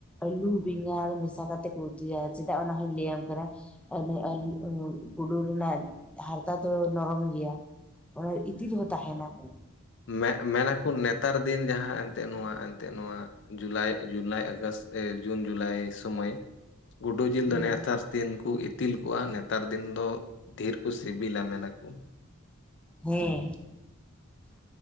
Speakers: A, in the centre; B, on the left.
A: ᱟᱹᱞᱩ ᱵᱮᱸᱜᱟᱲ ᱢᱮᱥᱟ ᱠᱟᱛᱮᱫ ᱠᱚ ᱩᱛᱩᱭᱟ ᱪᱮᱫᱟᱜ ᱚᱱᱟ ᱦᱚᱧ ᱞᱟᱹᱭᱟᱢ ᱠᱟᱱᱟ ᱾ ᱚᱱᱮ ᱟᱞᱩ ᱜᱩᱰᱩ ᱨᱮᱱᱟᱜ ᱦᱟᱨᱛᱟ ᱫᱚ ᱱᱚᱨᱚᱢ ᱜᱮᱭᱟ ᱾ ᱚᱱᱟ ᱤᱛᱤᱞ ᱦᱚᱸ ᱛᱟᱦᱮᱱᱟ ᱾
B: ᱢᱮ ᱢᱮᱱᱟᱠᱚ ᱱᱮᱛᱟᱨ ᱫᱤᱱ ᱡᱟᱦᱟᱸ ᱮᱱᱛᱜ ᱱᱚᱣᱟ ᱮᱱᱛᱜ ᱱᱚᱣᱟ ᱡᱩᱞᱟᱭ ᱡᱩᱞᱟᱭ ᱟᱜᱚᱥᱴ ᱡᱩᱱ ᱡᱩᱞᱟᱭ ᱥᱚᱢᱚᱭ ᱜᱩᱰᱩ ᱡᱤᱞ
A: ᱦᱮᱸ
B: ᱫᱚ ᱱᱮᱛᱟᱨ ᱫᱤᱱ ᱠᱚ ᱤᱛᱤᱞ ᱠᱚᱜᱼᱟ ᱱᱮᱛᱟᱨ ᱫᱤᱱ ᱫᱚ ᱰᱷᱮᱨ ᱠᱚ ᱥᱤᱵᱤᱞᱟ ᱢᱮ ᱦᱚᱸ ᱾
A: ᱦᱮᱸ ᱾